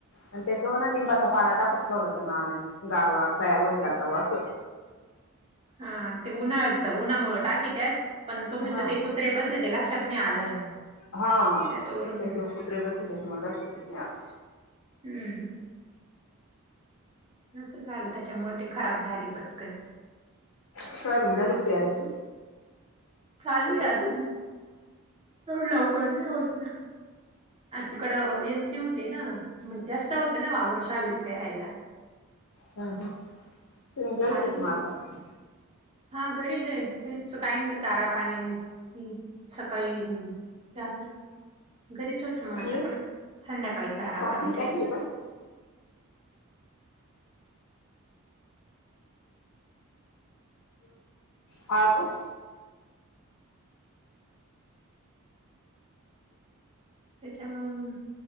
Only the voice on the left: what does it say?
आणि त्याच्यावर ना निंबाचा पाला टाकून ठेवला होता नानांनी. गारवा तयार <unintelligible> करता असं
हा
हा
त्याच्यावर कुत्रेवर बसलेत म्हणून लक्षात नाही आलं.
सोयाबीन झाली का पेराची?
हा हा तुम्ही घरीच
आहेत मग आता
ये
कापीन टाकली
का
हा का?